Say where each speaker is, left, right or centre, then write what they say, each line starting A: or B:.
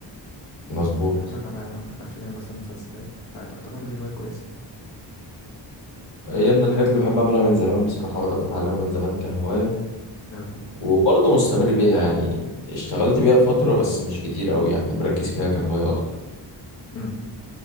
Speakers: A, on the left (about 90°); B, on the left (about 60°).
A: مظبوط
B: أو إنك تتفرج على أفلام مثلا مسلسلات فتعتبر دي هواية كويسة
A: هي من الحاجات اللي بحب اعملها من زمان بصراحه بدات اتعلمها من زمان كهوايه
B: آه،
A: وبرضه مستمر بيها يعني اشتغلت بيها فترة بس مش كتير قوي يعني مركز فيها كهواية أكتر
B: أمم.